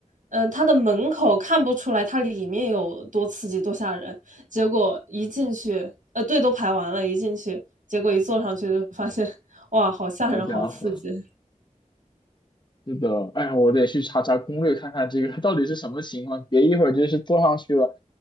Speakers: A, on the right; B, on the left.
A: 嗯、它的门口看不出来它里面有多刺激多吓人，结果一进去，呃，队都排完了，一进去，结果一坐上去就发现，哇，好吓人，
B: 好家伙，
A: 好刺激。
B: 是的，哎呀，我得去查查攻略，看看这个 <laughs> 到底是什么情况，别一会儿就是坐上去了，